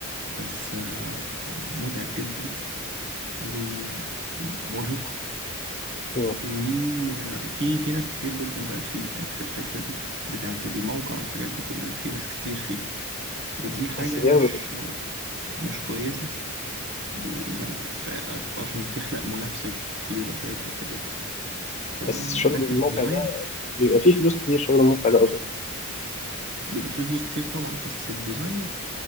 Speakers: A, on the right; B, on the left.
A: بس آه، متعب جدا ومرهق
B: مم.
A: وفي في ناس كتير جدا بقى فيه يعني في الحتة دي بتاعة الموقع والحاجات دي كلها في ناس كتير فيه ودي حاجة
B: بس بياخد
A: مش مش كويسة ويعني ف- عشان بتخلق منافسة كتير وحاجات زي كده وبتاع ف
B: بس شغل
A: لكن
B: الموقع
A: الديزاين
B: ده بيبقى فيه فلوس كتير شغل الموقع ده أظن
A: بيبقى فيه فلوس كتير طبعا بس الديزاين